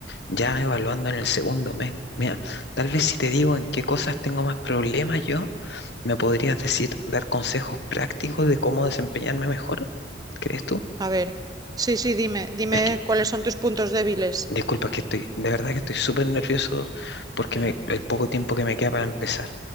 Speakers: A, on the left (about 65°); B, on the right (about 20°).
A: ya evaluando en el segundo mes. Mira, tal vez si te digo en qué cosas tengo más problemas yo, me podrías decir, dar consejos prácticos de cómo desempeñarme mejor, ¿crees tú?
B: A ver. Sí, sí, dime, dime
A: Es que,
B: cuáles son tus puntos débiles.
A: disculpa, es que estoy, de verdad que estoy súper nervioso porque me, el poco tiempo que me queda para empezar.